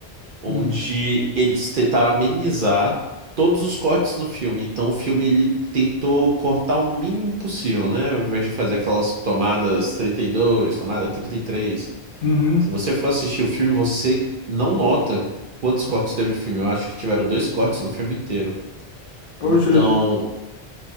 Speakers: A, on the right; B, on the left.
A: onde
B: Hum.
A: eles tentaram amenizar todos os cortes no filme. Então o filme ele tentou cortar o mínimo possível, né? Ao invés de fazer aquelas tomadas trinta e dois tomada trinta e três
B: Uhum.
A: se você for assistir o filme, você não nota quantos cortes teve o filme. Eu acho que tiveram dois cortes no filme inteiro.
B: Hoje,
A: Então,
B: eu,